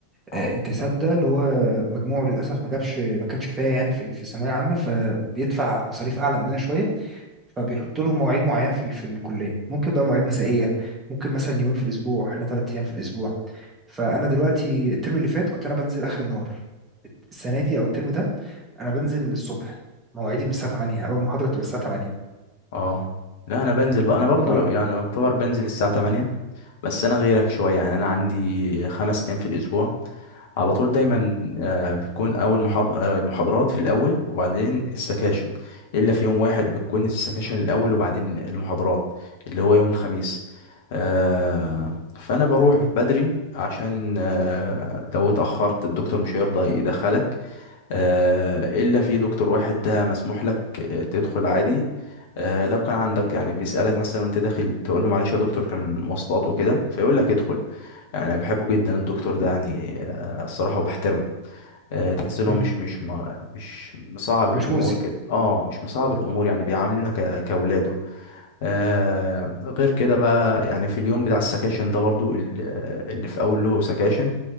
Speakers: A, on the left (about 50°); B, on the right (about 15°).
A: اه
B: آه انتساب ده اللي هو مجموعه للاسف ما جابش ما كانش كفايه يعني في في الثانويه العامه فبيدفع مصاريف اعلى مننا شويه فبيحط لهم مواعيد معينه في ال- في الكليه ممكن بقى مواعيد مسائيه ممكن مثلا يومين في الاسبوع احنا ثلاث ايام في الاسبوع فانا دلوقتي الترم اللي فات كنت انا بنزل اخر النهار السنه دي او الترم ده انا بنزل الصبح مواعيدي من الساعه 8 اول محاضره بتبقى الساعه 8
A: اه لا أنا بنزل بقى
B: اه
A: أنا برضو
B: ف
A: يعني أعتبر بنزل الساعة 8 بس انا غيرك شويه يعني انا عندي خمس ايام في الاسبوع على طول دايما آه، بتكون اول محاض- آه، المحاضرات في الاول وبعدين السكاشن الا في يوم واحد بتكون السكاشن الاول وبعدين المحاضرات اللي هو يوم الخميس آه، فانا بروح بدري عشان آه، لو اتاخرت الدكتور مش هيرضى يدخلك آه، إلا في دكتور واحد ده مسموح لك آه، تدخل عادي آه، لو كان عندك يعني بيسألك مثلا وانت داخل تقول له معلش يا دكتور كان مواصلات وكده فيقول لك ادخل يعني أنا بحبه جدا الدكتور ده يعني آه، الصراحة وبحترمه آه، تحس
B: مم،
A: انه مش مش ما مش مصعب الامور
B: مش مؤذي
A: كده اه مش مصعب الامور يعني بيعاملنا ك- كاولاده آه غير كده بقى يعني في اليوم بتاع السكاشن ده برضو ال- اللي في أول له سكاشن